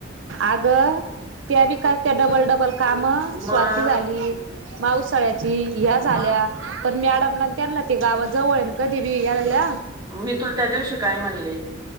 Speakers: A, on the right; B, on the right.
A: अग त्या बी का त्या डबल डबल काम
B: मग
A: स्वाती झाली, पावसाळ्याची ह्या झाल्या
B: मग
A: पण मॅडमला त्यांना ते गावा जवळ कधी बी यायला.
B: मी तुला त्या दिवशी काय म्हणले.